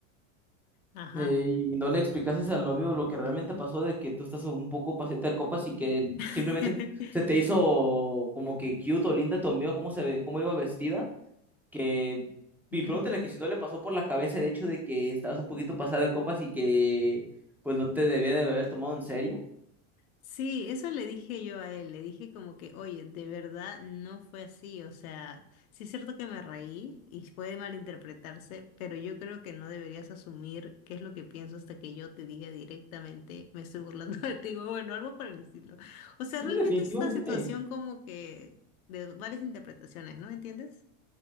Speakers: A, on the left; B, in the centre.
A: Ajá.
B: Eh, y no le explicases al novio lo que realmente pasó de que tú estás un poco paseta de copas y que
A: <laughs>
B: simplemente se te hizo como que cute o linda tu amigo, cómo se ve, cómo iba vestida, que
A: Ujú.
B: y pregúntale que si no le pasó por la cabeza el hecho de que estabas un poquito pasada de copas y que pues no te debía de haber tomado en serio.
A: Sí, eso le dije yo a él, le dije como que, oye, de verdad no fue así, o sea, sí es cierto que me reí y puede malinterpretarse, pero yo creo que no deberías asumir qué es lo que pienso hasta que yo te diga directamente, me estoy burlando <laughs> de ti, o bueno, algo por el estilo. O sea,
B: Sí,
A: realmente
B: definitivamente.
A: es una situación como que de varias interpretaciones, ¿no? ¿Entiendes?